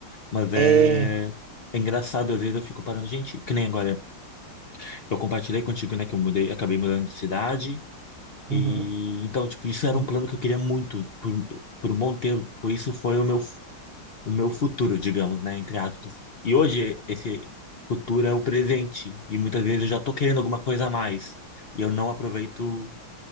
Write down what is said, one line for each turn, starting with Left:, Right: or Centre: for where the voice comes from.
Left: Mas é,
Right: É.
Left: é engraçado, às vezes eu fico parando, gente, que nem agora, eu compartilhei contigo, né, que eu mudei, acabei mudando de cidade,
Right: Uhum,
Left: e então, tipo, isso
Right: sim.
Left: era um plano que eu queria muito por, um- por um bom tempo, por isso foi o meu o meu futuro, digamos, né, entre aspas. E hoje esse futuro é o presente e muitas vezes eu já tô querendo alguma coisa a mais e eu não aproveito